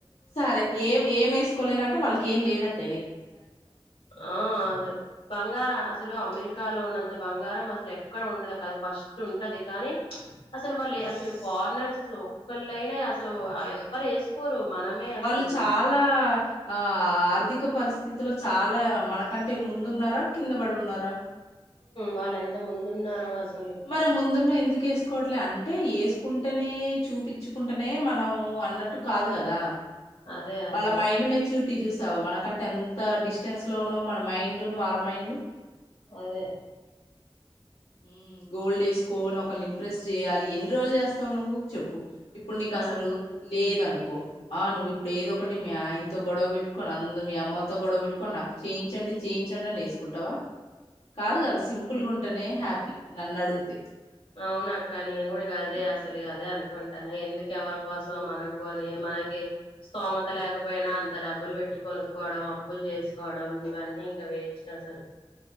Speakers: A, on the left; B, on the left.
A: సరే ఏ ఏం వేసుకోలే కంటే వాళ్ళకి కేం లేనట్టు
B: ఆ అదే బంగారా ఆస్తి అసలు అమెరికాలో ఉన్నంత బంగారం అసలు ఎక్కడ ఉండదు కాదు ఫస్ట్ ఉంటది కానీ అసలు వాళ్ళు అసలు ఫారినర్స్ అసలు ఒక్కళ్ళైనా అసలు ఎవ్వరు వేసుకోరు మనమే అసలు
A: వాళ్ళు
B: ఇలా
A: చాలా ఆ ఆర్థి క పరిస్థితిలో చాలా మా మనకంటే ముందున్నారా కింద పడి ఉన్నారా
B: వాళ్ళు ఎంత ముందు ఉన్నారో అస
A: మరి ముందున్న ఎందుకు వేసుకోవట్లే అంటే వేసుకో కుంటేనే చూపించుకుంటేనే మనం అన్నట్టు కాదు కదా
B: అదే అదే
A: వాళ్ళ మైండ్ మెచ్యూ రీట్టి చూసావు మనకంటే ఎంత డిస్టెన్స్ లో ఉన్నామో మన మైండ్ వాళ్ల మైండ్
B: అదే
A: ఉమ్ గోల్డేసుకోన్ ఒకల్నింప్రెస్ జేయాలి ఎన్న్ రోజ్లేస్తావ్ నువ్వు చెప్పు. ఇప్పుడ్ నీకస్సలు
B: ఆ
A: ఈ లేదనుకో ఆ నువ్విప్పుడు ఏదోకటి మీ ఆయిన్తో గొడవ బెట్టుకొని అందు మీ అమ్మొల్ల్తో గొడవ బెట్టుకొని నాకు చేయించండి చేయించండి అని ఏసుకుంటవ. కాదు గద సింపుల్ గుంట నే హ్యాపీ నన్నడుగుతే
B: అవునక్క నేన్ గూడిగదే అసలు ఇగదే అనుకుంటాన్న ఎందుకెవరికోసమో మనం కొని మనకి స్తోమత లేకపోయినా అంత డబ్బులు బెట్టి కొనుక్కోవడం అప్పులు జేస్కోడం ఇవన్నీ ఇంక వేస్టసలు.